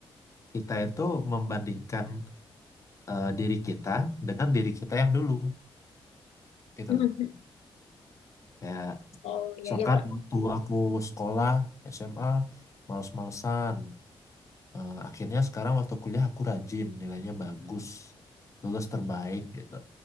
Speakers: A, on the left (about 30°); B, on the left (about 80°).
A: kita itu membandingkan eh, diri kita dengan diri kita yang dulu gitu
B: hmm,
A: lah
B: hmm,
A: kayak
B: oh,
A: misalkan
B: ya ya, Kak.
A: waktu aku sekolah SMA males-malesan Eh, akhirnya sekarang waktu kuliah aku rajin, nilainya bagus, lulus terbaik gitu,